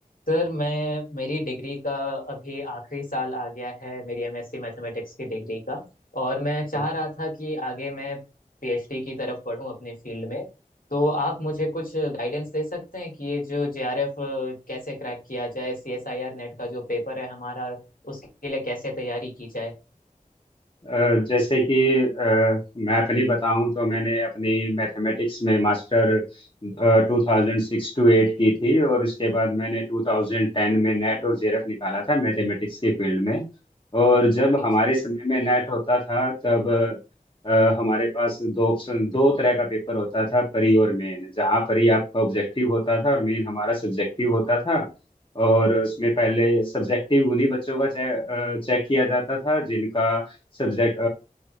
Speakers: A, on the left; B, on the left.
A: Sir मैं मेरी degree का अभी आखिरी साल आ गया है मेरी एमएससी मैथमेटिक्स की डिग्री का और मैं चाह
B: Okay
A: रहा था कि आगे मैं पीएचडी की तरफ पढूं अपने फील्ड में तो आप मुझे कुछ गाइडेंस दे सकते हैं कि ये जो जेआरएफ कैसे क्रैक किया जाए सीएसआईआर नेट का जो पेपर है हमारा उसके लिए कैसे तैयारी की जाए
B: अ, जैसे कि अ, मैं अपनी बताऊं तो मैंने अपनी मैथमेटिक्स में मास्टर टू थाउजेंड सिक्स टू एट की थी और उसके बाद मैंने टू थाउजेंड टेन में नेट और जेरफ निकाला था मैथमेटिक्स के फील्ड में और जब
A: जी
B: हमारे
A: जी
B: समय में नेट होता था तब अ, हमारे पास दो ऑप्शन दो तरह का पेपर होता था परी और मेन जहाँ परी आपका ऑब्जेक्टिव होता था और मेन हमारा सब्जेक्टिव होता था और उसमें पहले सब्जेक्टिव उन्हीं बच्चों का चेक किया जाता था जिनका सब्जेक्ट